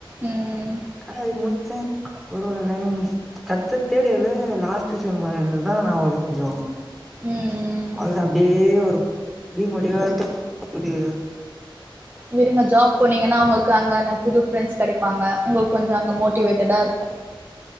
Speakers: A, on the right; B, in the centre.
A: ம்
B: காலேஜ் முச்சே அப்புறோ எல்லாமே முஞ்சி அடுத்த தேரட் இயர்ல லாஸ்ட் செம்ம வேற இருந்தது அப்பதா நா ஒரு கொஞ்சோ
A: ம் ம்
B: அவுள் தா அப்டியே ஒரு டி மோட்டிவா ஆயிட்டே இது
A: விடுங்க ஜாப் போனீங்கன்னா உங்களுக்கு அங்கன புது ஃப்ரெண்ட்ஸ் கெடைப்பாங்க உங்களுக்கு கொஞ்சோ அங்கே மோட்டிவேட்டடா இருக்கு